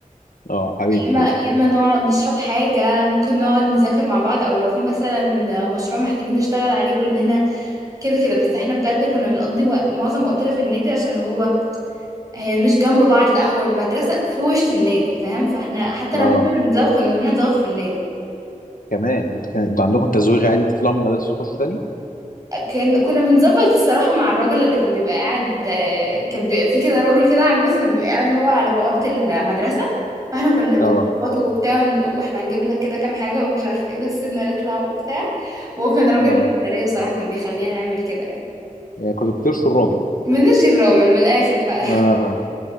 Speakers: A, on the left (about 80°); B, on the right (about 25°).
A: اه حبيبي
B: يا اما
A: حبيبي
B: يا اما نقعد نشرب حاجه ممكن نقعد نذاكر مع بعض او لو في مثلا مشروع محتاجين نشتغل عليه كلنا كده كده بس احنا بجد كنا بنقضي وق- معظم وقتنا في النادي عشان هو هي مش جنب بعض لا هو المدرسة في وش النادي فاهم فاحنا حتى
A: اه
B: لما كنا بنزوق كنا بنروح نزوق في النادي
A: كمان انتوا كان انتوا عندكم تزويغ عادي تطلعوا من المدرسه تخشوا تاني
B: كان كنا بنظبط الصراحة مع الراجل اللي كان بيبقى قاعد آه، كان بيبقى في كده راجل كده عجوز كان بيبقى قاعد هو على بوابة المدرسة فاحنا كنا بنظبطه
A: اه
B: وبتاع ونقول له احنا هنجيب لك كده كام حاجة ومش عارفة ايه بس سيبنا نطلع وبتاع وهو كان راجل
A: اه
B: الإدارية صراحة كان بيخلينا نعمل كده يعني
A: يعني كنتوا بترشوا الراجل
B: من الشراوي من الآخر بقى
A: اه